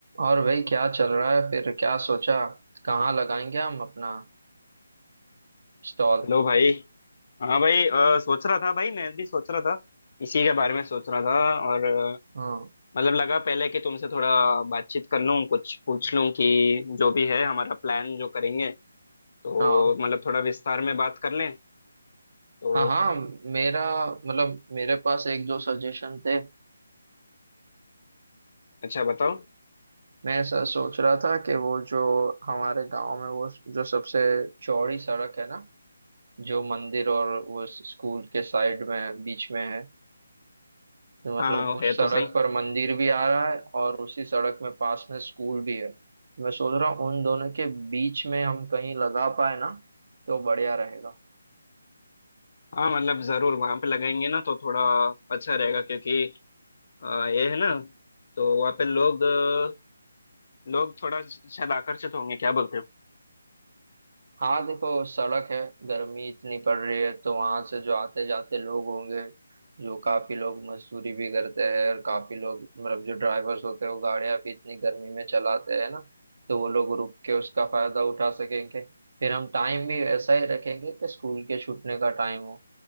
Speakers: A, on the right (about 50°); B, on the left (about 40°).
A: और भाई क्या चल रहा है फिर क्या सोचा कहाँ लगाएंगे हम अपना स्टॉल
B: हेलो भाई हाँ भाई अ, सोच रहा था भाई मैं भी सोच रहा था इसी के बारे में सोच रहा था और अ,
A: हाँ
B: मतलब लगा पहले कि तुमसे थोड़ा बातचीत कर लूँ कुछ पूछ लूँ कि जो भी है हमारा प्लान जो करेंगे तो
A: हाँ
B: मतलब थोड़ा विस्तार में बात कर लें तो
A: हाँ हाँ मेरा मतलब मेरे पास एक दो सजेशन थे
B: अच्छा बताओ
A: मैं ऐसा सोच रहा था कि वो जो हमारे गांव में वो जो सबसे चौड़ी सड़क है ना जो मंदिर और वो स्कूल के साइड में बीच में है तो मतलब
B: हाँ वो
A: उस
B: है
A: सड़क
B: तो सही
A: पर मंदिर भी आ रहा है और उसी सड़क में पास में स्कूल भी है मैं सोच रहा हूँ उन दोनों के बीच में हम कहीं लगा पाए ना तो बढ़िया रहेगा
B: हाँ मतलब ज़रूर वहाँ पे लगाएंगे ना तो थोड़ा अच्छा रहेगा क्योंकि अ, ये है ना तो वहाँ पे लोग अ, लोग थोड़ा शायद आकर्षित होंगे क्या बोलते हो
A: हाँ देखो सड़क है गर्मी इतनी पड़ रही है तो वहां से जो आते जाते लोग होंगे जो काफी लोग मजदूरी भी करते हैं और काफी लोग मतलब जो ड्राइवर्स होते हैं वो गाड़ियां भी इतनी गर्मी में चलाते हैं ना तो वो लोग रुक के उसका फायदा उठा सकेंगे फिर हम टाइम भी ऐसा ही रखेंगे कि स्कूल के छूटने का टाइम हो